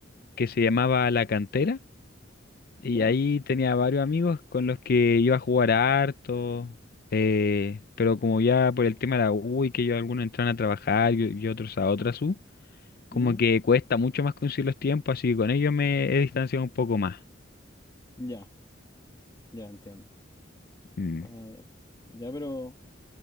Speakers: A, on the left (about 55°); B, on the left (about 20°).
A: que se llamaba La Cantera Y
B: Ya.
A: ahí tenía varios amigos con los que iba a jugar harto, eh, pero como ya por el tema de la U y que yo algunos entran a trabajar y, y otros a otras U, como
B: Mm,
A: que cuesta mucho más conseguir los tiempos, así que con ellos me he distanciado un poco más.
B: Ya. Ya, entiendo.
A: Mm.
B: Ah, ya. Ya, pero.